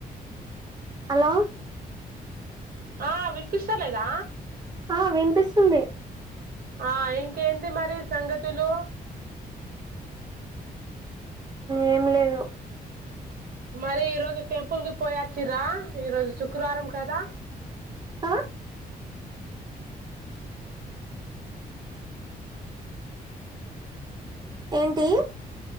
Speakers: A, on the right; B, on the right.
A: హలో
B: ఆ వినిపిస్త లేదా
A: ఆ వినిపిస్తుంది
B: ఆ ఇంకా ఏందీ మరి సంగతులు
A: ఏం లేదు
B: మరి ఈ రోజు టెంపుల్ కి పోయచ్చిరా ఈరోజు శుక్రవారం కదా
A: ఆ ఏంటి